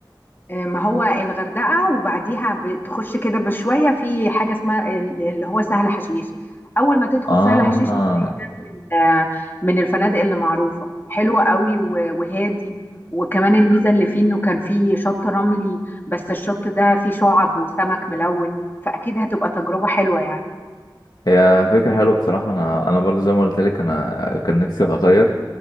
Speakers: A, on the left (about 25°); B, on the left (about 55°).
A: آه، ما هو الغردقة وبعديها بتخش كده بشوية في حاجة اسمها ال- اللي هو سهل حشيش أول ما تدخل
B: اه
A: سهل حشيش بتلاقي ده من ال- من الفنادق اللي معروفة حلوة قوي و- وهادي وكمان الميزة اللي فيه إنه كان فيه شط رملي بس الشط ده فيه شعب وسمك ملون فأكيد هتبقى تجربة حلوة يعني
B: هي فكرة حلوة بصراحة انا انا برضو زي ما قلت لك انا كان نفسي اغير